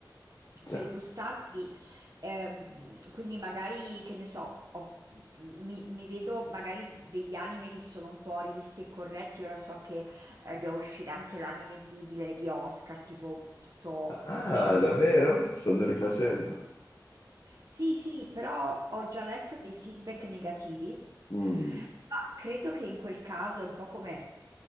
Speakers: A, on the left (about 55°); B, on the right (about 50°).
A: già.
B: per gustarli. Ehm, quindi magari, che ne so, ho- mi, mi vedo magari degli anime che sono un po' rivisti e corretti. Ora so che eh, doveva uscire anche l'anime di, di Lady Oscar, tipo tutto,
A: Ah,
B: diciamo...
A: davvero? Stanno rifacendo?
B: Sì, sì, però ho già letto dei feedback negativi,
A: Mm,
B: ma credo che in quel caso è un po' come